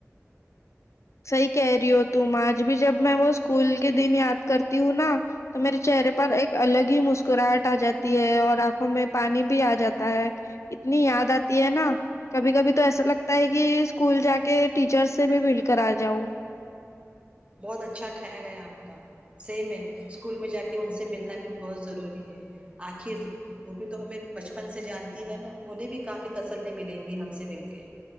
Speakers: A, on the left; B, on the right.
A: صحیح کہہ رہی ہو تم آج بھی جب میں وہ اسکول کے دن یاد کرتی ہوں نا تو میرے چہرے پر ایک الگ ہی مسکراہٹ آ جاتی ہے اور آنکھوں میں پانی بھی آ جاتا ہے اتنی یاد آتی ہے نا کبھی کبھی تو ایسا لگتا ہے کہ اسکول جا کے ٹیچر سے بھی بالکل کرا جاؤ
B: بہت اچھا خیال ہے آپ کا سیم ہے اسکول میں جا کے ان سے ملنا بھی بہت ضروری ہے آخر وہ بھی تو ہمیں بچپن سے جانتی ہے نا انہیں بھی کافی تسلی ملیں گی ہم سے مل کے